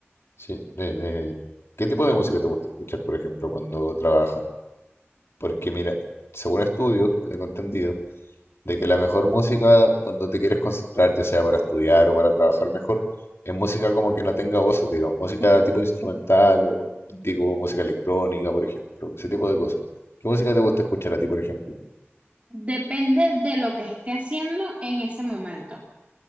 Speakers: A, on the left; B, on the right.
A: Sí, de- de- ¿qué tipo de música te gusta escuchar, por ejemplo, cuando trabajas? Porque mira, según estudios, yo tengo entendido de que la mejor música cuando te quieres concentrar, ya sea para estudiar o para trabajar mejor, es música como que no tenga voces, digamos, música tipo instrumental o digo música electrónica, por ejemplo, ese tipo de cosas. ¿Qué música te gusta escuchar a ti, por ejemplo?
B: Depende de lo que esté haciendo en ese momento.